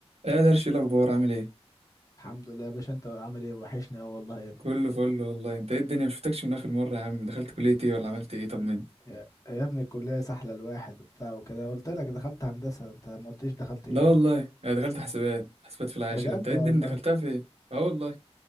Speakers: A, on the right (about 70°); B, on the left (about 30°).
A: ايه يا درش إيه الاخبار عامل ايه
B: الحمد لله يا باشا انت عامل ايه وحشني اه والله يا ابني
A: كله فل والله انت ايه الدنيا مشفتكش من اخر مره يا عم دخلت كليه ايه ولا عملت ايه طمني
B: يا, يا ابني الكلية سحلة الواحد وبتاع وكده قلت لك دخلت هندسة انت ما قلتش دخلت ايه
A: لا والله انا دخلت حسابات حسابات في العاشر
B: بجد
A: انت ايه الدنيا
B: والله
A: دخلتها في ايه اه والله